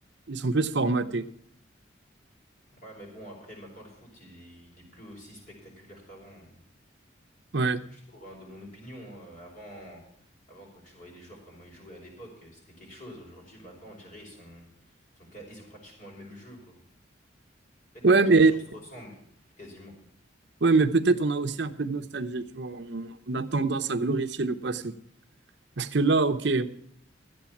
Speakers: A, on the right (about 60°); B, on the left (about 40°).
A: ils sont plus formatés.
B: ouais, mais bon, après, maintenant, le foot, il, est- il est plus aussi spectaculaire qu'avant.
A: Ouais.
B: Je trouve, hein, de mon opinion, hein. avant, avant, quand tu voyais les joueurs, comment ils jouaient à l'époque, euh, c'était quelque chose. Aujourd'hui, maintenant, on dirait, ils sont, ils sont, ca- ils ont pratiquement le même jeu, quoi. En fait, tous
A: Ouais,
B: tous
A: mais,
B: les joueurs se ressemblent, quasiment.
A: ouais, mais peut-être on a aussi un peu de nostalgie, tu vois. On, on a tendance à glorifier le passé. Parce que là, ok,